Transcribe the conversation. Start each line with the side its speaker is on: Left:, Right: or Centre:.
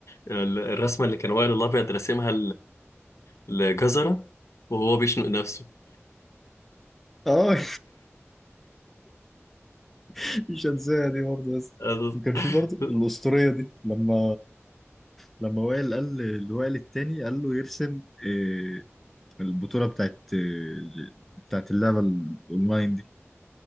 Left: ال- الرسمه اللي كان وائل الابيض راسمها لجزرة وهو بيشنق نفسه
Centre: اه <laughs> مش هنساها دي برضه بس
Left: <laughs>
Centre: وكان في برضه الأسطورية دي لما لما وائل قال اللي وائل التاني قال له يرسم آه، البطوله بتاعت آه، بتاعت اللعبه الاونلاين دي